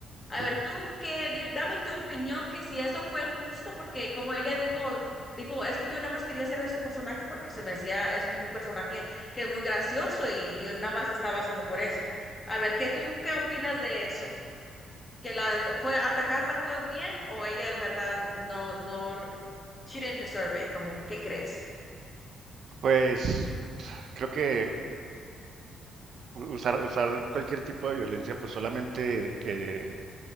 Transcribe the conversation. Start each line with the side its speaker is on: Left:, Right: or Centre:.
Left: A
Right: Ujú.
Left: ver, tú, qué, di- dame tu opinión que si eso fue justo, porque como ella dijo, dijo, es que yo nada más quería hacer ese personaje porque se me hacía, es un personaje que es muy gracioso y yo nada más estaba haciendo por eso. A ver, ¿qué tú qué opinas de eso? ¿Que la fue atacarla fue bien o ella en verdad no, no, she didn't deserve it? Como, ¿qué crees?
Right: Pues creo que usar, usar cualquier tipo de violencia, pues solamente, eh,